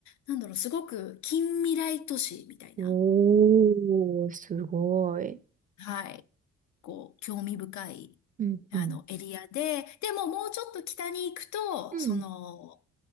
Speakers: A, on the left (about 70°); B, on the right (about 30°).
A: なんだろう、すごく近未来都市みたいな。
B: おー、すごい。
A: はい。こう、興味深い、
B: うん、
A: あの、
B: うん。
A: エリアで、でももうちょっと北に行くと、
B: うん、
A: その、